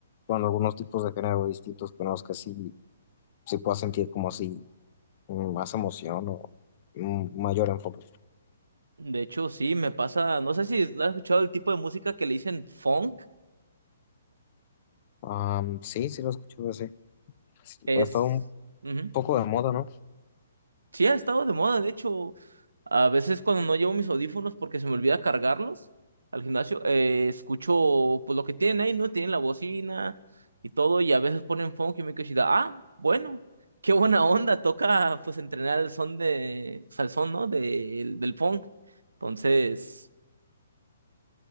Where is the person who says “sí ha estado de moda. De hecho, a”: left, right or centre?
Right